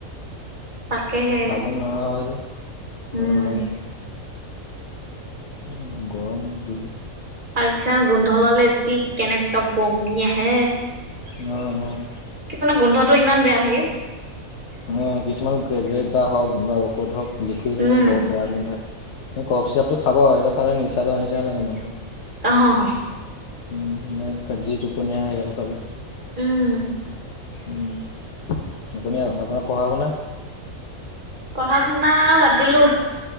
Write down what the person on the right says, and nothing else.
তাকেহে
উম।
আৰু কিছুমান গোন্ধ লালে যি কেনেকুৱা বমি আহে।
কি মানে গোন্ধটো ইমান বেয়া থাকে।
উম
অহ, অহ, অহ।
উম
পঢ়া শুনা বাদ দিলো।